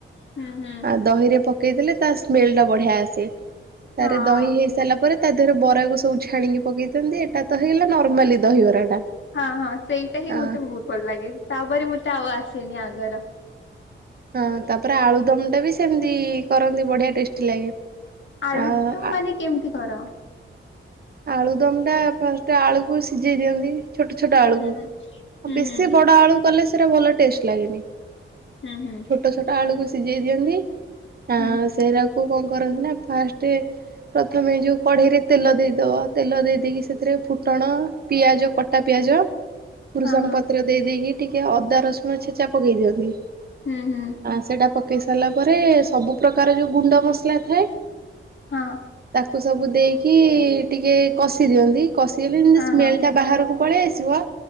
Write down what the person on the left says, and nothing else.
ହୁଁ ହୁଁ
ହଁ।
ହଁ-ହଁ ସେଇଟା ହିଁ
ମତେ ବହୁତ ଭଲ ଲାଗେ ତା ପରେ ମତେ ଆଉ ଆସେନି ଆଗର
ଆଳୁଦମ୍
ମାନେ କେମିତି କର?
ହୁଁ
ହୁଁ
ହୁଁ
ହଁ ହଁ।
ହଁ।
ହଁ ହଁ
ହଁ ହଁ।
ହଁ।
ହଁ
ହଁ